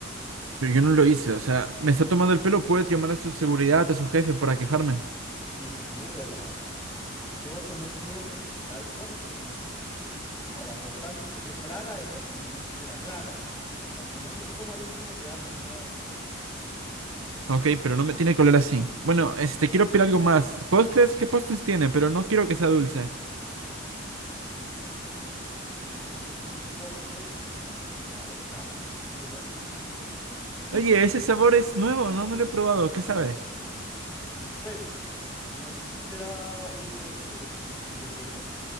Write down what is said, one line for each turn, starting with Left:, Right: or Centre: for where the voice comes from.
Right: Pero yo no lo hice, o sea, me está tomando el pelo, puedes llamar a su seguridad, a su jefe para quejarme.
Left: Mire, yo no voy a llamar a nadie, caballero. Yo tomé su orden tal cual usted me la especificó. Ahora, por tanto, usted se traga esa comida, se la traga, y hasta que no se coma el último pedazo no se va de aquí.
Right: Ok, pero no me tiene que hablar así. Bueno, este, quiero pedir algo más. ¿Postres? ¿Qué postres tiene? Pero no quiero que sea dulce.
Left: Joder. Mire, le tengo un postre sabor caca. ¿Qué le parece?
Right: Oye, ese sabor es nuevo, no, no lo he probado, ¿qué sabe?
Left: Pues, no sé si usted ha olido después de que usted defeca,